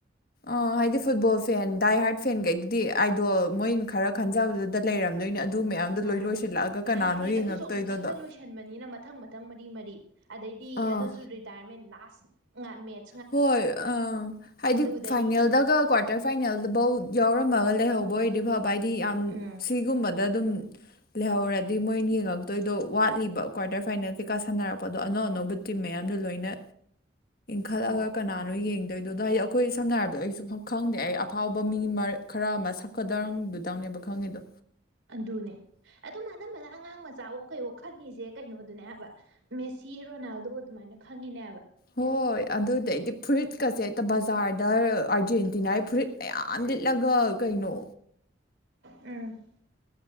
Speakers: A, on the left (about 50°); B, on the right (about 90°).
A: ꯑ ꯍꯥꯏꯗꯤ ꯐꯨꯠꯕꯣꯜ ꯐꯦꯟ ꯗꯥꯏ ꯍꯥꯔꯠ ꯐꯦꯟꯒꯩꯗꯨꯗꯤ ꯑꯥꯏꯗꯣꯜ ꯃꯣꯏ ꯈꯔ ꯈꯟꯖꯕꯗꯨꯗ ꯂꯩꯔꯝꯗꯣꯏꯅꯤ ꯑꯗꯨ ꯃꯌꯥꯝꯗꯣ
B: ꯃꯥꯅꯦ
A: ꯂꯣꯏ ꯂꯣꯏꯁꯤꯜꯂꯛꯑꯒ ꯀꯅꯥꯅꯣ
B: ꯍꯥꯏꯗꯤ
A: ꯌꯦꯡꯉꯛꯇꯣꯏꯗꯣꯗꯣ
B: ꯑꯗꯨꯁꯨ ꯑꯃꯨꯛꯇꯪꯗ ꯂꯣꯏꯁꯟꯕꯅꯤꯅ ꯃꯊꯪ ꯃꯊꯪ ꯃꯔꯤ ꯃꯔꯤ ꯑꯗꯩꯗꯤ
A: ꯑꯥ
B: ꯑꯗꯨꯁꯨ ꯔꯤꯇꯥꯌꯔꯃꯦꯟ ꯂꯥꯁ ꯃꯦꯠꯆ
A: ꯍꯣꯏ ꯑ ꯍꯥꯏꯗꯤ
B: ꯑꯗꯨꯗꯅꯤꯅꯦ
A: ꯐꯥꯏꯅꯦꯜꯗꯒ ꯀ꯭ꯋꯥꯇꯔ ꯐꯥꯏꯅꯦꯜꯗꯐꯧ ꯌꯥꯎꯔ ꯔꯝꯃꯒ ꯂꯩꯍꯧꯕ ꯑꯣꯏꯔꯗꯤ ꯐꯕ ꯍꯥꯏꯗꯤ ꯌꯥꯝ
B: ꯎꯝ
A: ꯁꯤꯒꯨꯝꯕꯗ ꯑꯗꯨꯝ ꯂꯩꯍꯧꯔꯗꯤ ꯃꯣꯏꯅ ꯌꯦꯡꯉꯛꯇꯣꯏꯗꯣ ꯋꯥꯠꯂꯤꯕ ꯀ꯭ꯋꯥꯔꯇꯔ ꯐꯥꯏꯅꯦꯜ ꯀꯩꯀꯥ ꯁꯥꯟꯅꯔꯛꯄꯗꯣ ꯑꯅꯧ ꯑꯅꯧꯕ ꯃꯌꯥꯝꯗꯣ ꯂꯣꯏꯅ ꯈꯜꯂꯒ
B: ꯑꯧ
A: ꯀꯅꯥꯅꯣ ꯌꯦꯡꯗꯣꯏꯗꯣ ꯑꯗꯣ ꯍꯥꯏꯗꯤ ꯑꯩꯈꯣꯏ ꯁꯝꯅ ꯍꯥꯏꯔꯕꯗ ꯑꯩꯁꯨ ꯈꯪꯗꯦ ꯑꯩ ꯑꯐꯥꯎꯕ ꯃꯤ ꯈꯔ ꯑꯃ ꯁꯛꯀꯗꯗꯨꯗꯪꯅꯦꯕ ꯈꯪꯉꯤꯗꯣ
B: ꯑꯗꯨꯅ ꯑꯗꯨꯝ <unintelligible> ꯑꯉꯥꯡ ꯃꯆꯥ ꯑꯣ ꯀꯩ ꯑꯣ ꯈꯪꯉꯤꯁꯦ ꯀꯩꯅꯣꯗꯨꯅꯦꯕ ꯃꯦꯁꯤ ꯔꯣꯅꯥꯜꯗꯣ ꯑꯗꯨꯃꯥꯏꯅ ꯈꯪꯉꯤꯅꯦꯕ
A: ꯍꯣꯏ ꯑꯗꯨꯗꯩꯗꯤ ꯐꯨꯔꯤꯠꯀꯁꯦ ꯍꯦꯛꯇ ꯕꯖꯥꯔꯗ ꯑꯥꯔꯖꯦꯟꯇꯤꯅꯥꯒꯤ ꯐꯨꯔꯤꯠ ꯃꯌꯥꯝ ꯂꯤꯠꯂꯒ ꯀꯩꯅꯣ
B: ꯎꯝ